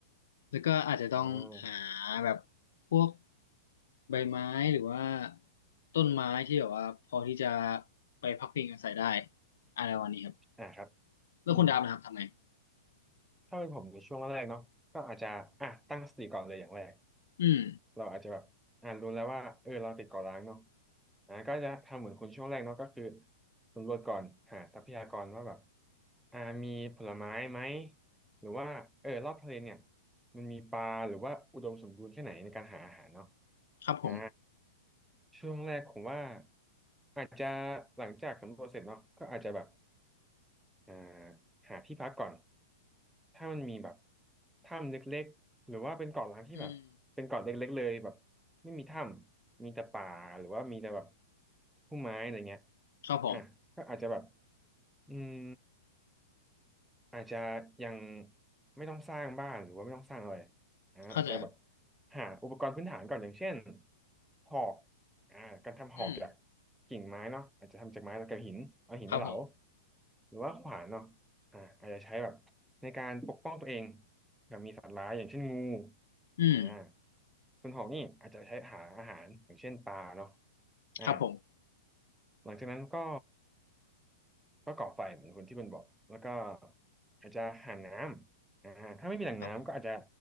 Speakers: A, on the left; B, in the centre.
A: แล้วก็อาจจะต้องหา
B: อ่า
A: แบบพวกใบไม้หรือว่าต้นไม้ที่แบบว่าพอที่จะไปพักพิงอาศัยได้อะไรวันนี้ครับ
B: อ่าครับ
A: แล้วคุณดาบนะครับทำไง
B: อืม ถ้าเป็นผมในช่วงแรกๆเนาะก็อาจจะอ่ะตั้งสติก่อนเลยอย่างแรก
A: อืม
B: เราอาจจะแบบอ่านรู้แล้วว่าเออเราติดเกาะร้างเนาะอ่าก็จะทำเหมือนคุณช่วงแรกเนาะก็คือสำรวจก่อนหาทรัพยากรว่าแบบอ่ามีผลไม้ไหมหรือว่าเออรอบทะเลเนี่ยมันมีปลาหรือว่าอุดมสมบูรณ์แค่ไหนในการหาอาหารเนาะ
A: ครับผม
B: อ่าช่วงแรกผมว่าอาจจะหลังจากสำรวจเสร็จเนาะก็อาจจะแบบ อ่าหาที่พักก่อน ถ้ามันมีแบบถ้ำเล็กๆ หรือว่าเป็นเกาะล้างที่แบบเป็นเกาะเล็กๆเลยแบบ
A: อืม
B: ไม่มีถ้ำ มีแต่ป่าหรือว่ามีแต่แบบพุ่มไม้อะไรเงี้ย
A: ครับผม
B: อ่ะก็อาจจะแบบอืม อาจจะยังไม่ต้องสร้างบ้านหรือว่าไม่ต้องสร้างอะไรอ่าอาจจะแบบ
A: เข้าใจครับ
B: หาอุปกรณ์พื้นฐานก่อนอย่างเช่นหอกอ่าการทำหอกจาก
A: อืม
B: กิ่งไม้เนาะอาจจะทำจากไม้แล้วกับหินเอาหินมาเหลา
A: ครับผม
B: หรือว่าขวานเนาะอ่าอาจจะใช้แบบในการปกป้องตัวเองมีสัตว์ร้ายอย่างเช่นงู
A: อืม
B: อ่าส่วนหอกนี่อาจจะใช้หาอาหารอย่างเช่นปลาเนาะอ่า
A: ครับผม
B: หลังจากนั้นก็ ก็ก่อไฟเหมือนคนที่มันบอกแล้วก็อาจจะหาน้ำอ่าถ้าไม่มีแหล่งน้ำก็อาจจะ
A: ครับผม